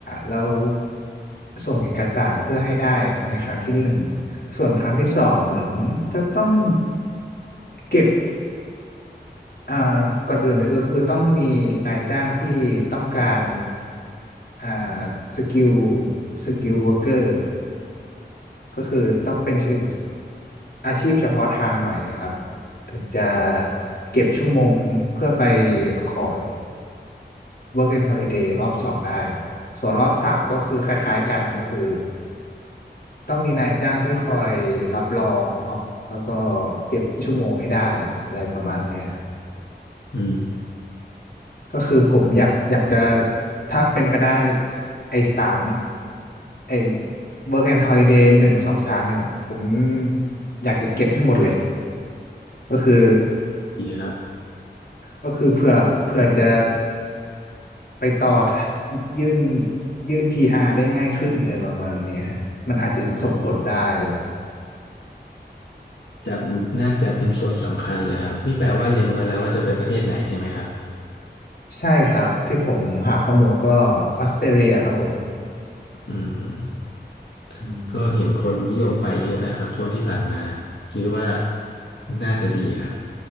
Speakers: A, on the left; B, on the left.
A: แล้วส่งเอกสารเพื่อให้ได้ในครั้งที่หนึ่ง ส่วนครั้งที่สองเหมือนจะต้องเก็บอ่าก่อนอื่นเลยก็คือต้องมีนายจ้างที่ต้องการอ่าสกิลสกิลวอร์เกอร์ก็คือต้องเป็นชื่ออาชีพเฉพาะทางหน่อยครับถึงจะเก็บชั่วโมงเพื่อไปขอ Work and Holiday รอบสองได้ส่วนรอบสามก็คือคล้ายๆกันก็คือ ต้องมีนายจ้างที่คอยรับรองเนาะแล้วก็เก็บชั่วโมงให้ได้อะไรประมาณเนี้ย
B: อืม
A: ก็คือผมอยากอยากจะถ้าเป็นไปได้ไอ้สามไอ้ work and holiday หนึ่งสองสามเนี่ยผมอยากจะเก็บให้หมดเลยก็คือ
B: ดีครับ
A: ก็คือเพื่อเพื่อจะไปต่อยื่นยื่น PR ได้ง่ายขึ้นอะไรประมาณเนี้ยฮะมันอาจจะส่งผลได้เลย
B: โอ้โหจะน่าจะเป็นส่วนสำคัญเลยครับนี่แปลว่าเล็งไว้แล้วว่าจะไปประเทศไหนใช่ไหมครับ
A: ใช่ครับที่ผมหาข้อมูลก็ออสเตรเลียครับผม
B: อืม
A: อืม
B: ก็เห็นคนนิยมไปเยอะนะครับช่วงที่ผ่านมาคิดว่าน่าจะดีครับ